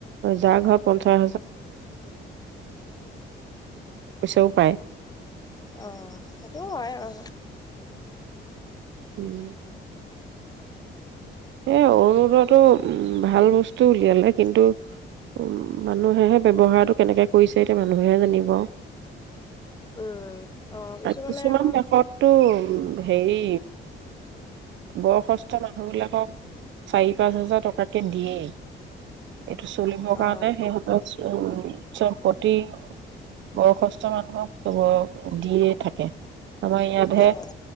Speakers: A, on the right; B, on the left.
A: যাৰ ঘৰত পঞ্চাছ হাজ-
B: অ', সেইটোও হয় অ।
A: উম। এ অৰুণোদয়টো উম ভাল বস্তু উলিয়ালে কিন্তু উম মানুহেহে ব্যবহাৰ কেনেকে কৰিছে এতিয়া মানুহে জানিব।
B: উম অ কিছুমানে
A: কিছুমান
B: আকৌ
A: দেশতটো উম। হেৰি বয়সস্থ মানুহ বিলাক। চাৰি, পাঁচ হাজাৰ টকাকে দিয়ে। এইটো চলিবৰ কাৰণে
B: অ
A: সেইহঁতক উ চৱ প্ৰতি বয়সস্থ মানুহক চব দিয়ে থাকে আমাৰ ইয়াতহে
B: অ